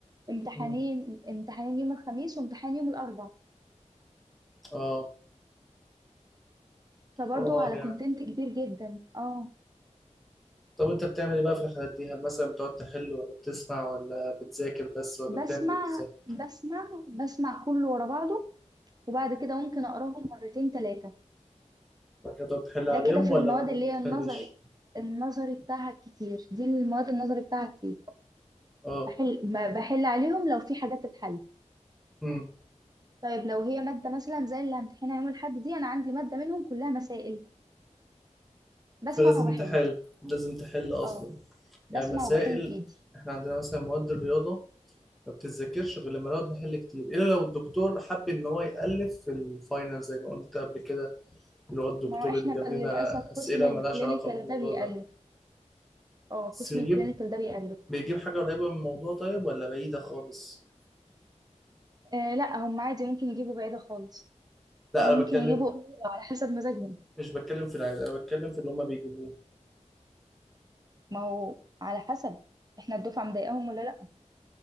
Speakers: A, on the right; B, in the centre.
A: امتحانين
B: مم،
A: امتحانين يوم الخميس وامتحان يوم الأربع
B: أه
A: فبرضه
B: حوار
A: على
B: يعني
A: كونتنت كبير جدا اه
B: طب أنت بتعمل إيه بقى في الحالات دي؟ هل مثلا بتقعد تحل ولا بتسمع ولا بتذاكر بس ولا
A: بسمع
B: بتعمل إيه بالظبط؟
A: بسمع بسمع كله ورا بعضه وبعد كده ممكن أقراهم مرتين ثلاثة
B: كده تحل عليهم
A: ده كده في
B: ولا
A: المواد
B: ممكن
A: اللي
B: ما تحلش
A: هي النظري النظري بتاعها كتير دي المواد النظري بتاعها كتير
B: اه
A: بحل ب- بحل عليهم لو في حاجات تتحل
B: امم
A: طيب لو هي مادة مثلا زي اللي همتحنها يوم الأحد دي أنا عندي مادة منهم كلها مسائل بسمع
B: فلازم
A: وبحل
B: تحل لازم تحل اصلا
A: اه بسمع
B: يعني مسائل
A: وبحل بإيدي
B: احنا عندنا مثلا مواد الرياضة ما بتتذاكرش غير لما نقعد نحل كتير الا لو الدكتور حب ان هو يألف في الفاينل زي ما قلت قبل كده اللي هو الدكتور
A: ما هو احنا
B: اللي جاب
A: بقى للأسف
B: لنا اسئلة
A: قسم الكلينيكال
B: مالهاش علاقة بالموضوع
A: ده بيألف
B: ده
A: اه قسم
B: بس بيجيب
A: الكلينيكال ده بيألف
B: بيجيب حاجة قريبة من الموضوع طيب ولا بعيدة خالص
A: آه لا هم عادي ممكن يجيبوا بعيدة خالص
B: لا
A: وممكن
B: انا بتكلم
A: يجيبوا قريبة على حسب مزاجهم
B: مش بتكلم في العيد انا بتكلم في اللي هما بيجيبوه
A: ما هو على حسب احنا الدفعة مضايقاهم ولا لا